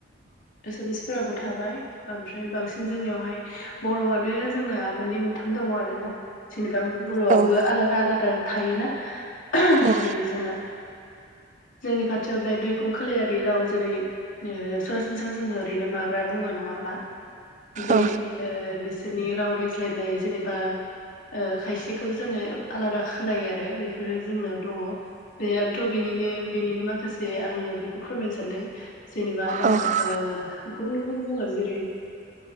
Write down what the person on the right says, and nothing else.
औ
औ
औ
औ